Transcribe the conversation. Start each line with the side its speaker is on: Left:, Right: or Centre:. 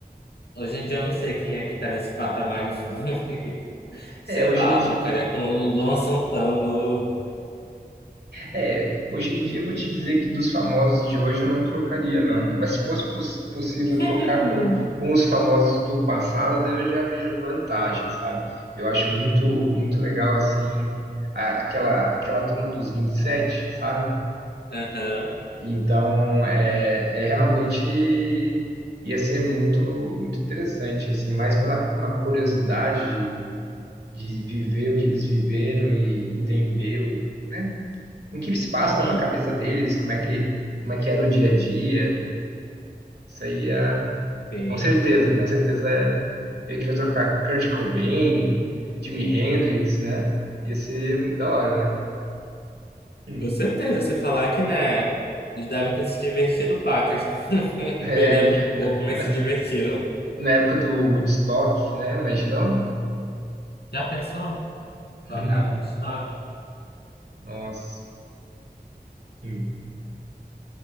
Left: Hoje em dia eu não sei quem é que tá nesse patamar de fama. <laughs> Sei
Right: é, hoje
Left: lá,
Right: em dia,
Left: trocaria com o Luan Santana.
Right: é, hoje em dia eu vou te dizer que dos famosos de hoje eu não trocaria, não. Mas se fosse poss- possível
Left: <laughs>
Right: trocar com, com os famosos do passado, daí eu já vejo vantagem, sabe? Eu acho muito, muito legal, assim, a- aquela, aquela turma dos 27, sabe?
Left: Aham.
Right: Então, é, é realmente ia ser muito, muito interessante, assim, mais pela uma curiosidade de, de viver o que eles viveram e entender o né, em que espaço
Left: Uhum.
Right: estava a cabeça deles, como é que, como é que era o dia a dia. Isso aí é,
Left: Sim.
Right: com certeza, com certeza é, eu queria trocar Kurt Cobain, Jimi Hendrix, né? Ia ser muito da hora, né? Hum.
Left: Com certeza,
Right: <laughs>
Left: se falar que, né, eles devem ter se divertido pacas. <laughs>
Right: É,
Left: Beberam um
Right: na,
Left: pouco, mas
Right: na,
Left: se divertiram.
Right: na época do Woodstock, né? Imagina.
Left: Já pensou?
Right: <laughs>
Left: Tocaram no destaque?
Right: Nossa. Hum.